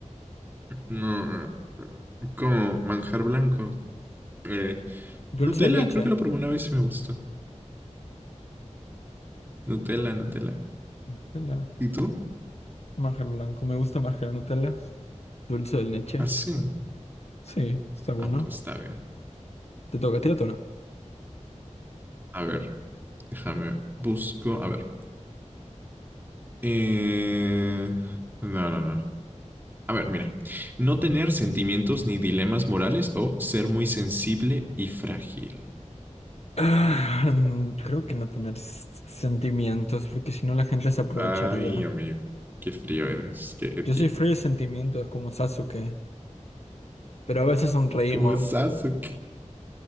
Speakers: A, on the right; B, on the left.
A: no... Como manjar blanco. Eh,
B: Dulce
A: Nutella,
B: de leche.
A: creo que lo probé una vez y me gustó. Nutella, Nutella.
B: Nutella,
A: ¿Y tú?
B: manjar blanco. Me gusta más que la Nutella. Dulce de leche.
A: Ah, sí.
B: Sí, está bueno.
A: Ah, pues está bien.
B: Te toca, tírate una.
A: A ver, déjame, busco. A ver. Eh, No, no, no. A ver, mira. No tener sentimientos ni dilemas morales o ser muy sensible y frágil.
B: Ah,
A: Oh My God.
B: mm, creo que no tener s- sentimientos, porque si no la gente se aprovecharía.
A: Ay, amigo. Qué frío eres. Qué edgy.
B: Yo soy frío de sentimientos como Sasuke, pero a veces sonreímos.
A: ¿Cómo es Sasuke?